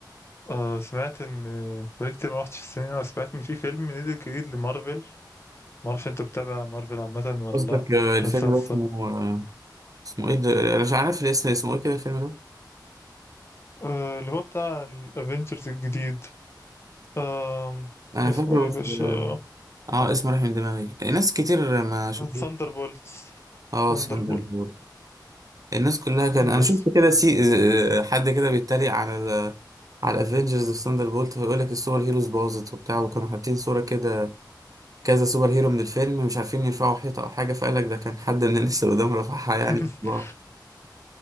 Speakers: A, on the left (about 35°); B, on the right (about 50°).
A: آه سمعت ان بقالي كتير ما رحتش السينما وسمعت ان في فيلم نزل جديد لمارفل ما اعرفش انت بتتابع مارفل عامه ولا
B: قصدك
A: لا
B: آه، الفيلم
A: مسلسل
B: ده اسمه آه، اسمه ايه ده انا مش عارف الاسم اسمه ايه كده الفيلم ده
A: آه اللي هو بتاع الافينجرز الجديد آه
B: انا
A: اسمه
B: فاكره
A: ايه يا
B: بس
A: باشا
B: اه آه، اسمه راح من دماغي ناس كتير ما شافوه
A: ثاندر بولتس
B: اه
A: ثاندر
B: ساندر بول الناس كلها كان
A: بس
B: انا شفت كده سي آه، حد كده بيتريق على ال... على الافنجرز في ثاندر بولت ويقول لك السوبر هيروز باظت وبتاع وكانوا حاطين صوره كده كذا سوبر هيرو من الفيلم مش عارفين يرفعوا حيطه او حاجه فقال لك ده كان حد من الناس اللي قدام رفعها
A: <laughs>
B: يعني <laughs>